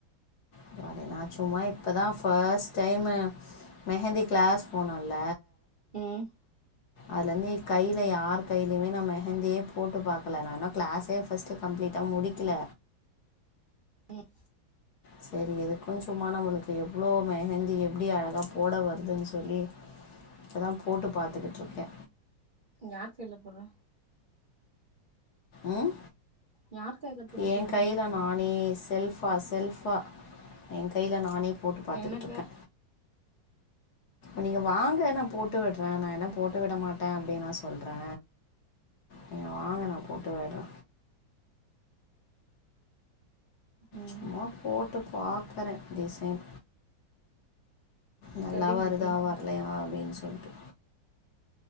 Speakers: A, on the left; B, on the right.
A: <unintelligible> நா இப்பதா ஃபஸ்ட் டைமு மெஹந்தி க்ளாஸ் போனல
B: ம்
A: அதுலருந்தே கைல யாரு கையியுமே நா மெஹந்தியே போட்டு பாக்கல நா இன்னு க்ளாஸே ஃபஸ்ட்டு கம்ப்ளீட்டா முடிக்கில
B: ம்
A: செரி இது கொஞ்சுமா நம்புளுக்கு எவ்ளோ மெஹந்தி எப்டி அழகா போட வருதுன் சொல்லி இப்பதா போட்டு பாத்துக்கிட்ருக்கே
B: யார் பேர்ல போட்லா
A: ம்
B: யார் கையில போட்டு
A: என
B: போக்குறீங்க
A: கைல நானே செல்பா செல்ஃப் ம் எ கைல நானே போட்டு பாத்துக்கிட்ருக்கே
B: எனக்கா
A: நீங்க வாங்க நா போட்டு விட்றே நா என்ன போட்டு விட மாட்டே அப்டினா சொல்றே நீங்க வாங்க நா போட்டு விட்றே
B: ம்
A: சும்மா போட் டு பாக்கறே டிசைன் நல்லா
B: சரிங்க
A: வருதா
B: ஆண்டி
A: வர்லையா அப் டின் சொல்ட்டு